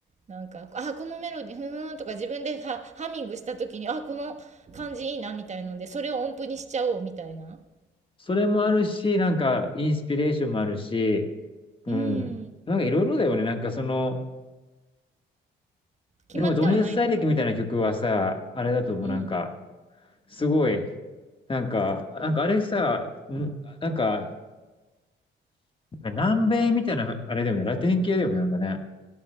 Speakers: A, on the right (about 35°); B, on the left (about 25°).
A: なんか、あ、このメロディー、ふーんとか自分でハ、ハミングした時に、あ、この感じいいなみたいので、それを音符にしちゃおうみたいな。
B: それもあるし、なんかインスピレーションもあるし、うん。
A: うん。
B: なんかいろいろだよね。なんかその、
A: 決まってはないの。
B: でも情熱大陸みたいな曲はさ、あれだと思う。
A: うん。
B: なんか、すごい、なんか、なんかあれさ、んなんか、南米みたいな、あれだよね。ラテン系だよね。なんかね。